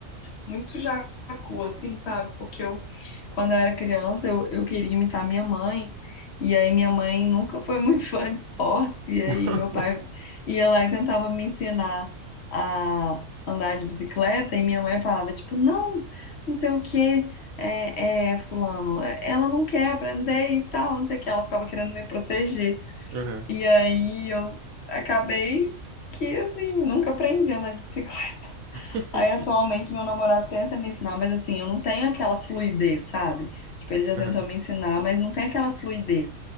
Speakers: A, on the left (about 60°); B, on the right (about 85°).
A: muito jacu, assim, sabe? Porque eu, quando eu era criança, eu, eu queria imitar minha mãe. E aí minha mãe nunca foi muito <laughs> fã de esportes. E aí
B: <laughs>
A: meu pai ia lá e tentava me ensinar a andar de bicicleta. E minha mãe falava, tipo, não, não sei o quê, é, é, fulano, é- ela não quer aprender e tal, não sei o que. Ela ficava querendo me proteger.
B: Aham.
A: E aí eu acabei que, assim, nunca aprendi a andar de bicicleta.
B: <laughs>
A: Aí atualmente meu namorado tenta me ensinar, mas assim, eu não tenho aquela fluidez, sabe? Tipo, ele já
B: Aham.
A: tentou me ensinar, mas não tem aquela fluidez